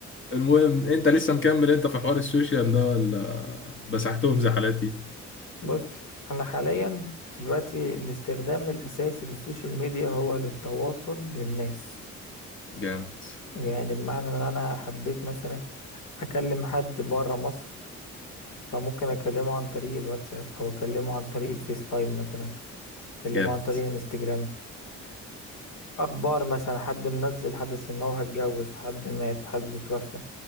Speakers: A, on the left; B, on the left.
A: المهم انت لسه مكمل انت في حوار السوشيال ده ولا مسحتهم زحلاتي
B: بص أنا حاليا دلوقتي الاستخدام الأساسي للسوشيال ميديا هو للتواصل للناس
A: جامد
B: يعني بمعنى إن أنا حبيت مثلا أكلم حد برا مصر فممكن أكلمه عن طريق الواتساب أو أكلمه عن طريق الفيس تايم مثلا أكلمه
A: جامد
B: عن طريق الانستجرام اخبار مثلا حد منزل حدث ان هو هيتجوز حد مات حد اتوفى